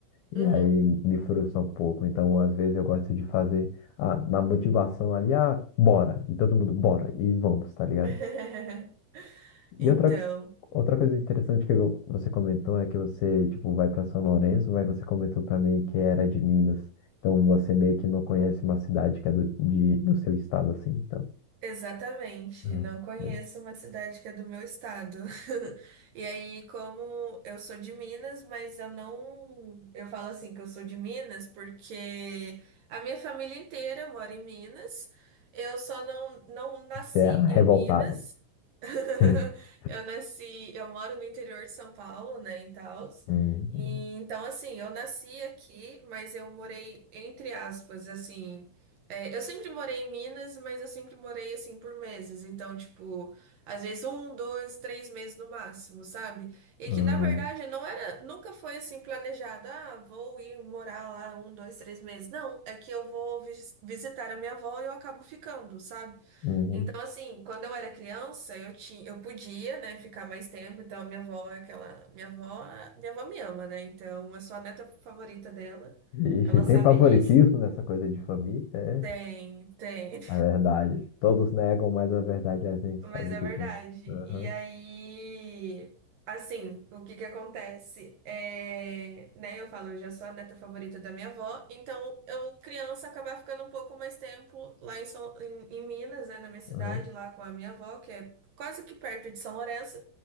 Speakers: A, on the left; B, on the right.
A: E
B: Uhum.
A: aí me frustra um pouco. Então, às vezes, eu gosto de fazer a, na motivação ali, ah, bora. E todo mundo, bora. E vamos, tá ligado?
B: <laughs>
A: E
B: Então.
A: outra, outra coisa interessante que eu- você comentou é que você, tipo, vai para São Lourenço, mas você comentou para mim que era de Minas. Então, você meio que não conhece uma cidade que é do, de, do seu estado, assim. Então,
B: Exatamente,
A: Uhum.
B: não conheço
A: beleza.
B: uma cidade que é do meu estado. <laughs> E aí, como eu sou de Minas, mas eu não. Eu falo assim que eu sou de Minas porque a minha família inteira mora em Minas. Eu só não, não nasci
A: você é a revoltada.
B: em Minas. <laughs>
A: <laughs>
B: Eu nasci. Eu moro no interior de São Paulo, né, em Taos.
A: Uhum.
B: E, então, assim, eu nasci aqui, mas eu morei, entre aspas, assim. É, eu sempre morei em Minas, mas eu sempre morei assim por meses. Então, tipo, às vezes um, dois, três meses no máximo, sabe? E
A: Uhum.
B: que na verdade não era, nunca foi assim planejado. Ah, vou ir morar lá um, dois, três meses. Não, é que eu vou vis- visitar a minha avó e eu acabo ficando, sabe?
A: Uhum.
B: Então, assim, quando eu era criança, eu tinha, eu podia, né, ficar mais tempo. Então, minha avó é aquela, minha avó, minha avó me ama, né? Então, eu sou a neta favorita dela.
A: Ixi,
B: Ela
A: tem
B: sabe
A: favoritismo
B: disso.
A: nessa coisa de família? É.
B: Tem, tem.
A: a verdade. Todos negam, mas a verdade a gente
B: Mas
A: sabe
B: é
A: que
B: verdade.
A: tem. Aham,
B: E aí, assim, o que que acontece? É, né, eu falo, eu já sou a neta favorita da minha avó, então eu, criança, acabava ficando um pouco mais tempo lá em, São, em, em Minas, né, na minha cidade,
A: aham.
B: lá com a minha avó, que é quase que perto de São Lourenço.